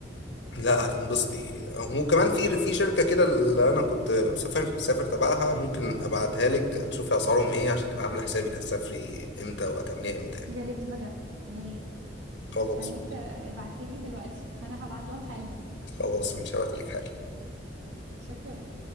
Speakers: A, on the left; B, on the right.
A: لا هتنبسطي وكمان في في شركة كده اللي أنا كنت مسافر مسافر تبعها ممكن أبعتها لك تشوفي أسعارهم إيه عشان تبقى عاملة حسابك هتسافري إمتى وهتعمليها إمتى يعني.
B: يا ريت بجد يا ريت
A: خلاص
B: هستناك تبعتها لي دلوقتي <laughs> انا هبعت لهم حالا
A: خلاص مش هبعتلك حالا
B: شكرا